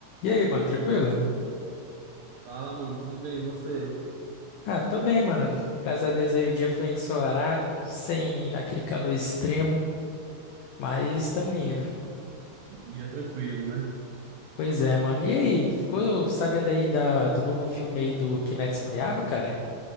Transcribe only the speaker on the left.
E aí, mano, tranquilo?
Ah, tô bem, mano. Graças a Deus aí o dia foi ensolarado, sem aquele calor extremo, mas estamos indo.
Pois é, mano. E aí, ficou sabendo aí da, do novo filme aí do Kimetsu no Yaiba, cara?